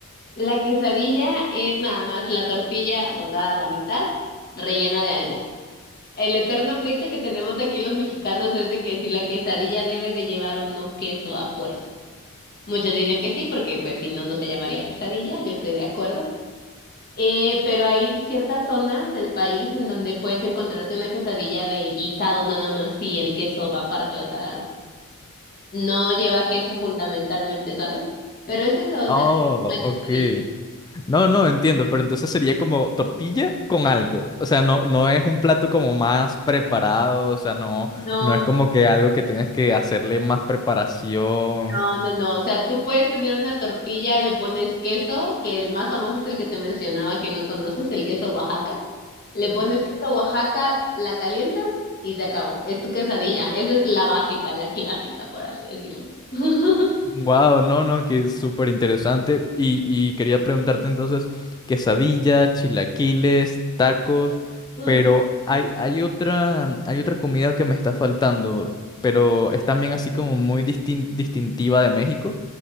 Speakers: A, on the left; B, on the left.
A: La quesadilla es nada más la tortilla doblada a la mitad, rellena de algo. El eterno pleito que tenemos aquí los mexicanos es de que si la quesadilla debe de llevar o no queso a fuerza. Muchos dicen que sí, porque pues si no, no se llamaría quesadilla, yo estoy de acuerdo. Eh, pero hay ciertas zonas del país en donde puedes encontrarte una quesadilla de guisado nada más y el queso va aparte, o sea, no lleva queso fundamentalmente, ¿sabes? Pero es eso, o
B: Oh,
A: sea, esa es la
B: ok,
A: quesadilla.
B: No, no, entiendo, pero entonces sería como tortilla con algo. O sea, no, no es un plato como más preparado, o sea, no,
A: No,
B: no es como que algo que tienes que hacerle más preparación.
A: No, no, no. O sea, tú puedes tener una tortilla, le pones queso, que el más famoso es el que te mencionaba que no conoces, el queso Oaxaca. Le pones queso Oaxaca, la calientas y se acabó. Es tu quesadilla. Esa es la básica, la clásica, por así decirlo. <laughs>
B: Wow, no, no, que es súper interesante. Y, y quería preguntarte entonces, quesadilla, chilaquiles, tacos,
A: Ujú.
B: pero hay, hay otra, hay otra comida que me está faltando, pero es también así como muy distin- distintiva de México.